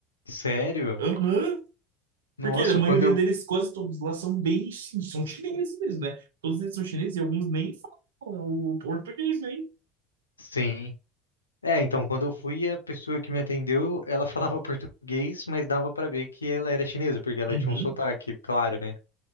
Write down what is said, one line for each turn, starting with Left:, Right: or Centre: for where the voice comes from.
Left: Sério?
Right: Aham.
Left: Nossa,
Right: Porque a maioria
Left: quando
Right: deles, quase todos lá, são bem... São chineses mesmo, né? Todos eles são chineses e alguns nem falam o português, hein?
Left: Sim. É, então, quando eu fui, a pessoa que me atendeu, ela falava português, mas dava pra ver que ela era chinesa, porque ela
Right: Uhum.
Left: tinha um sotaque, claro, né?